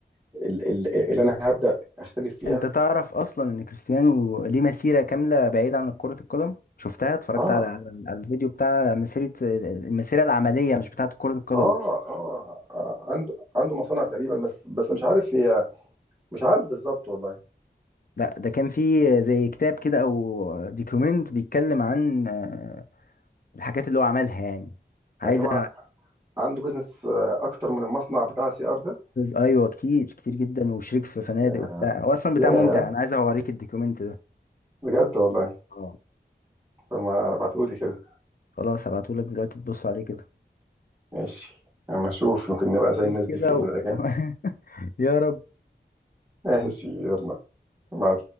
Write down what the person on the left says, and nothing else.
انت تعرف اصلا ان كريستيانو ليه مسيرة كاملة بعيدة عن كرة القدم شفتها اتفرجت
على على الفيديو بتاع مسيرة المسيرة العملية مش بتاعة كرة القدم
لا ده كان فيه زي كتاب كده او ديكومنت بيتكلم عن آه، الحاجات اللي هو عملها يعني عايز
أ-
ايوه كتير كتير جدا وشريك في فنادق
وبتاع هو اصلا بتاع
ممتع انا عايز اوريك الديكومنت ده
اه
خلاص هبعتهولك دلوقتي تبص عليه كده
شوف
كده
و...
<laughs> يا رب